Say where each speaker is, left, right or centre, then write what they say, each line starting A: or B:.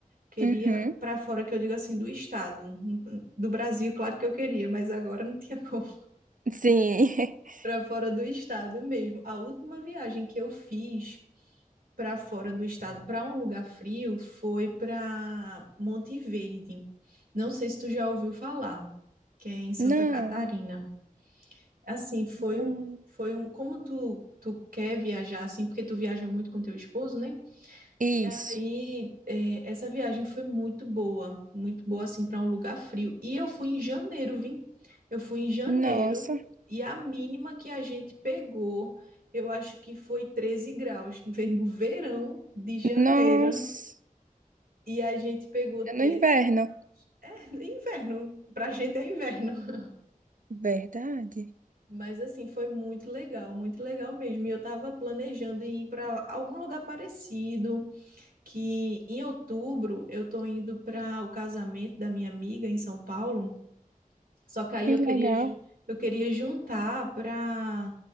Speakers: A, on the right; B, on the right.
A: Queria
B: Uhum.
A: para fora que eu digo assim do estado, do Brasil, claro que eu queria, mas agora não tinha como.
B: Sim. <laughs>
A: Para fora do estado mesmo. A última viagem que eu fiz para fora do estado, para um lugar frio, foi para Monte Verde. Não sei se tu já ouviu falar, que é em Santa
B: Não.
A: Catarina. Assim, foi
B: Não.
A: um, foi um, como tu, tu quer viajar assim, porque tu viaja muito com teu esposo, né?
B: Isso.
A: E aí, é, essa viagem foi muito boa, muito boa assim para um lugar frio. E eu fui em janeiro, vim. Eu fui em janeiro
B: Nossa.
A: e a mínima que a gente pegou, eu acho que foi 13 graus. <laughs> Veio no verão de janeiro
B: Nossa.
A: e a gente pegou
B: É
A: treze
B: No inverno.
A: é é inverno, pra gente é inverno. <laughs>
B: Verdade.
A: Mas assim, foi muito legal, muito legal mesmo. E eu tava planejando em ir para algum lugar parecido, que em outubro eu tô indo para o casamento da minha amiga em São Paulo, só que aí
B: Que
A: eu
B: legal.
A: queria ju- eu queria juntar para